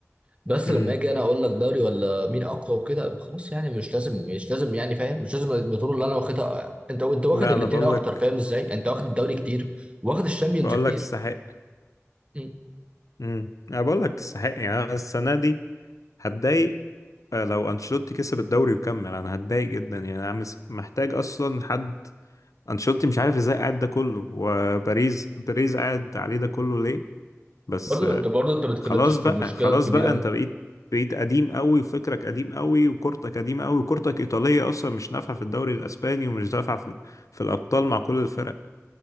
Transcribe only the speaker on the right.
بس
لما اجي انا اقول لك دوري ولا مين اقوى وكده خلاص يعني مش لازم مش لازم يعني فاهم مش لازم البطوله اللي انا واخدها انت انت
واخد الاثنين
اكتر
فاهم ازاي انت واخد الدوري كتير واخد الشامبيونز
كتير
مم.
برضو
انت برضو انت ما اتكلمتش
في
المشكله
الكبيره